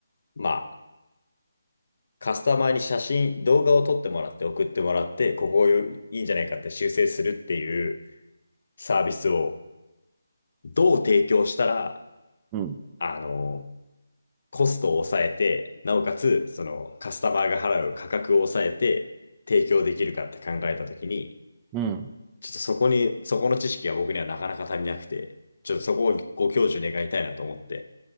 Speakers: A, on the left; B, on the right.
A: まあ、カスタマーに写真、動画を撮ってもらって送ってもらって、ここをいいんじゃないかって修正するっていうサービスをどう提供したら、
B: うん。
A: あの、コストを抑えて、なおかつ、そのカスタマーが払う価格を抑えて提供できるかって考えたときに、
B: うん。
A: ちょっとそこに、そこの知識は僕にはなかなか足りなくて、ちょっとそこをご教授願いたいなと思って、